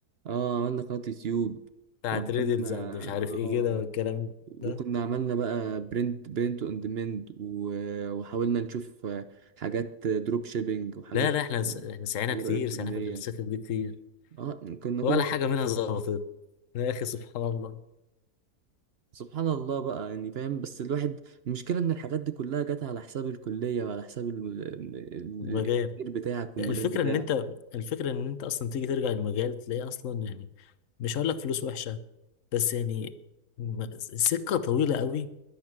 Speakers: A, on the right (about 55°); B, on the left (about 55°).
A: اه عملنا قناة يوتيوب
B: بتاعت
A: وعملنا
B: ريدلز اند مش عارف
A: اه
B: ايه كده والكلام
A: وكنا
B: ده،
A: عملنا بقى برنت برنت اون ديماند وحاولنا نشوف حاجات دروب شيبينج وحاجات
B: لا لا احنا س- احنا سعينا
A: تجارة
B: كتير
A: إلكترونية
B: سعينا في السكك دي كتير
A: اه كنا
B: ولا
A: كل شيء
B: حاجة منها ظبطت يا أخي سبحان الله
A: سبحان الله بقى يعني فاهم بس الواحد المشكلة إن الحاجات دي كلها جت على حساب الكلية وعلى حساب ال- ال-
B: المجال
A: التفكير بتاعك والمجال
B: الفكرة
A: بتاعك
B: إن أنت الفكرة إن أنت أصلا تيجي ترجع المجال تلاقيه أصلا يعني مش هقول لك فلوس وحشة بس يعني م- سكة طويلة قوي